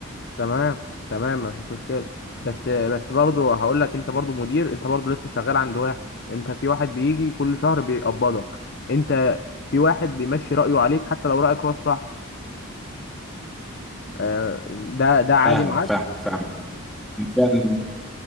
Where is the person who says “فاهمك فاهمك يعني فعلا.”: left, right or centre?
Centre